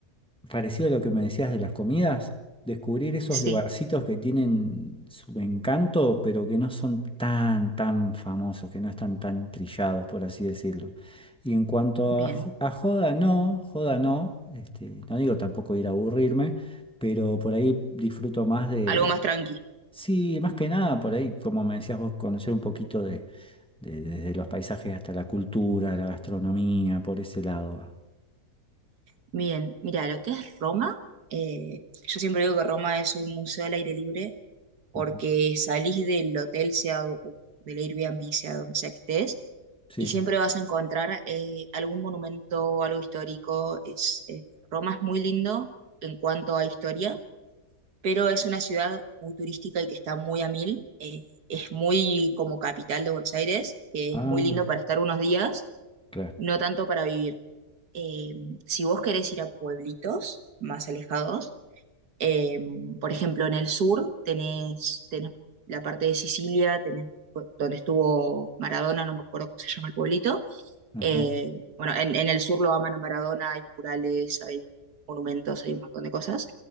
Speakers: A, in the centre; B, on the right.
A: parecido a lo que me decías de las comidas, descubrir esos
B: Sí,
A: lugarcitos que tienen su encanto, pero que no son tan, tan famosos, que no están tan trillados, por así decirlo. Y en cuanto
B: bien,
A: a, jo- a joda, no, joda no, este, no digo tampoco ir a aburrirme, pero por ahí disfruto más de,
B: algo más tranqui.
A: sí, más que nada, por ahí, como me decías vos, conocer un poquito de- desde los paisajes hasta la cultura, la gastronomía, por ese lado va.
B: Bien, mira, lo que es Roma, eh, yo siempre digo que Roma es un museo al aire libre porque
A: Ujú.
B: salís del hotel, sea o del Airbnb, sea donde sea que estés,
A: Sí.
B: y siempre vas a encontrar eh, algún monumento, algo histórico. Es, eh, Roma es muy lindo en cuanto a historia, pero es una ciudad muy turística y que está muy a mil. eh, es muy como capital de Buenos Aires, que
A: Ah,
B: es muy lindo para estar unos días,
A: claro.
B: no tanto para vivir eh, si vos querés ir a pueblitos más alejados, eh, por ejemplo, en el sur tenés, tenés la parte de Sicilia, tenés pu- donde estuvo Maradona, no me acuerdo cómo se llama el pueblito.
A: Ajá.
B: Eh, bueno, en, en el sur lo aman a Maradona, hay murales, hay monumentos, hay un montón de cosas.